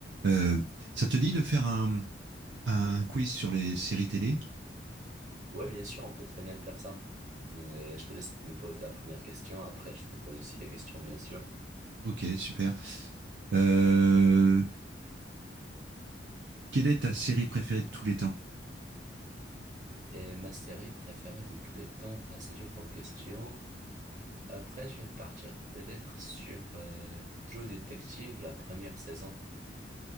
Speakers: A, on the right; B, on the right.
A: Euh, ça te dit de faire un, un quiz sur les séries télé
B: Ouais, bien sûr, on peut très bien faire ça. Mais je te laisse me poser la première question. Après, je te pose aussi des questions, bien sûr.
A: Ok, super. Euh, quelle est ta série préférée de tous les temps
B: Et ma série préférée de tous les temps, assez dur comme question. Après, je vais partir peut-être sur euh, True Detective, la première saison.